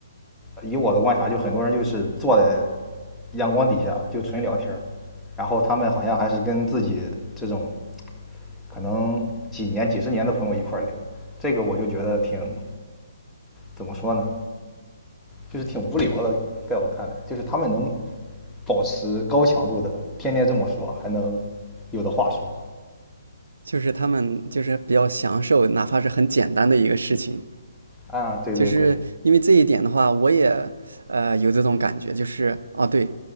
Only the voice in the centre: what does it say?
以我的观察，就很多人就是坐在阳光底下就纯聊天儿，然后他们好像还是跟自己这种可能几年、几十年的朋友一块聊，这个我就觉得挺怎么说呢，就是挺无聊的。在我看来，就是他们能保持高强度的，天天这么说，还能有的话说。
啊，对对对，